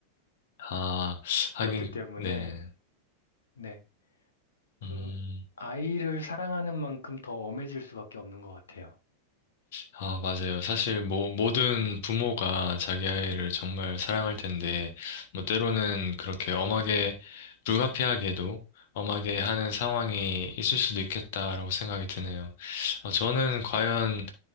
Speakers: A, on the left (about 55°); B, on the left (about 70°).
A: 아, 하긴,
B: 그렇기 때문에,
A: 네네.
B: 네, 그,
A: 음,
B: 아이를 사랑하는 만큼 더 엄해질 수밖에 없는 것 같아요.
A: 아, 맞아요. 사실, 뭐, 모든 부모가 자기 아이를 정말 사랑할 텐데, 뭐, 때로는 그렇게 엄하게, 불가피하게도 엄하게 하는 상황이 있을 수도 있겠다라고 생각이 드네요. 어, 저는 과연